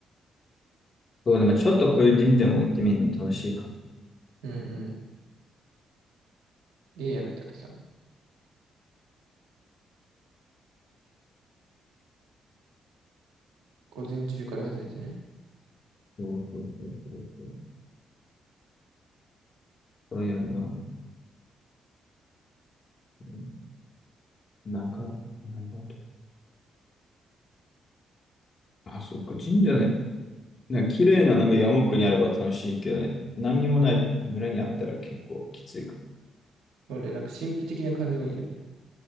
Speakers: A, on the left; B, on the right.
A: そうね、まあ、ちょっとこういう神社も行ってみるの楽しいかも。
B: うん。いいやん、三岳山。午前中から始めてね。
A: そうそうそうそうそう。そうやるな。ん長、長と。あ、そっか、神社ね。なんか綺麗ななんか山奥にあれば楽しいけどね。何にもない村にあったら結構きついか。
B: そうね、なんか神秘的な感じがいいよね。